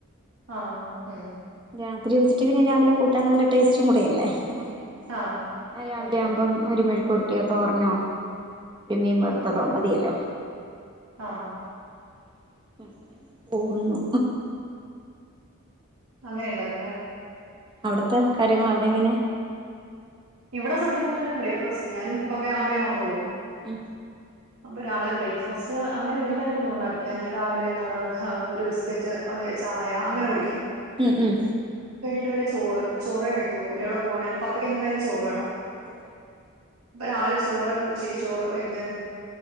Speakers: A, on the right; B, on the right.
A: ആ ആ ഉം
B: രാത്രി വെച്ചിട്ട് പിന്നെ രാവിലെ കൂട്ടാൻ നല്ലടേസ്റ്റും കൂടയല്ലേ അങ്ങനെയ
A: ആഹ്.
B: രാവിലെ
A: ഓക്കെ.
B: ആവുമ്പം ഒരു മെഴ് ക്ക്‌ ഉരുട്ടിയോ തോരനോ ഒരു മീൻ വറുത്തതോ
A: ഉം. ഉം.
B: മതിയല്ലോ
A: ആഹാ.
B: അങ്ങനെ പോകുന്നു
A: അങ്ങനേണ്ടാക്കലേ
B: അവ്ട്ത്തെ കാര്യങ്ങള് അവിടെ എങ്ങനെ
A: ഇവിടെ സത്യം പറഞ്ഞ്ണ്ടെ ബ്രേക്ക്ഫാസ്റ്റ് ഞാനും പപ്പേം അമ്മേം മാത്രാെള്ളൂ
B: ഉം
A: അപ്പ രാവ്‌ലെ ബ്രേക്ക്ഫാസ്റ്റ് അങ്ങനെ വൽതായിട്ടാെന്നും ഒണ്ടാക്കില്ല ഞാൻ രാവിലെ എന്താണ് ഒര് ബിസ്ക്കറ്റ് അല്ലെ ചായ അങ്ങനെ കുടിക്കും
B: ഉം ഉം
A: ട്ട് പിന്നെ ചോറ് ചോറേ കഴിക്കൊള്ളൂ എവിടെ പോവാണേലും പപ്പക്കെന്തായാലും ച് ചോറ് വേണം
B: ഓ
A: പ്പ രാവിലെ ചോറ് ഉച്ചക്ക് ചോറ് വൈകുന്നേ